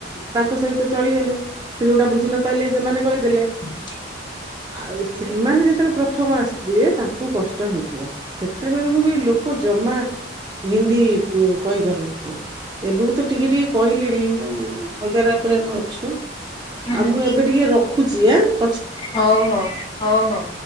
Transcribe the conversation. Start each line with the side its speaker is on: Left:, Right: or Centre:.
Right: ତାଙ୍କ ସହିତ ଚଳିଗଲେ ସେ ଯୋଉଟା ବୁଝି ନପାରିଲେ ସେମାନେ କହିଦେଲେ।
Left: <inaudible>
Right: ଆଉ ସେମାନେ ଯେତେବେଳେ ପ୍ରଥମ ଆସିଥିବେ ତାଙ୍କୁ କଷ୍ଟ ହେଇଥିବ। ସେତେବେଳକୁ ବି ଲୋକ ଜମା। ହିନ୍ଦୀ ଉଁ କହିପାରୁନଥିବେ ଏବେକୁ ତ ଟିକେ ଟିକେ କହିଲିଣି ଯୋଉ ବଜାର ଉପରେ ଆମେ ଅଛୁ
Left: ହୁଁ
Right: ଆଉ ମୁଁ ଏବେ ଟିକେ ରଖୁଛି ଆ,
Left: ହଉ ହଉ ହଉ ହଉ।